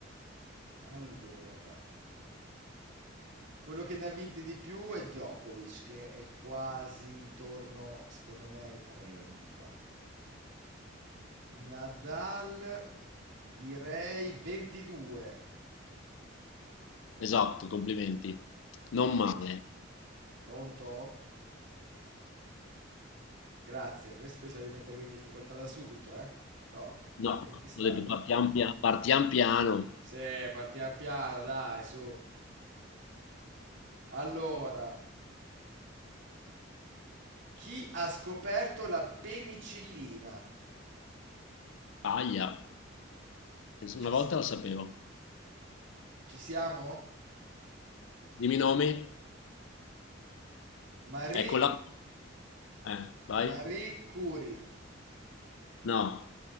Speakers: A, on the right; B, on the left.
A: allora. Quello che ne ha vinte di più è Djokovic, che è quasi intorno, secondo me, ai 30. Nadal, direi 22.
B: Esatto, complimenti. Non
A: Eh,
B: male.
A: Pronto? Grazie. Questo pensavo di mettermi in difficoltà da subito, eh? Toh,
B: No,
A: 20 sta.
B: ho detto partiamo, pia- partiamo piano.
A: Sì, partiamo piano, dai, su. Allora, chi ha scoperto la penicillina?
B: Aglia, una
A: Ci,
B: volta la sapevo.
A: ci siamo?
B: Dimmi i nomi.
A: Marie
B: Eccola. Eh, vai?
A: Marie Curie,
B: No.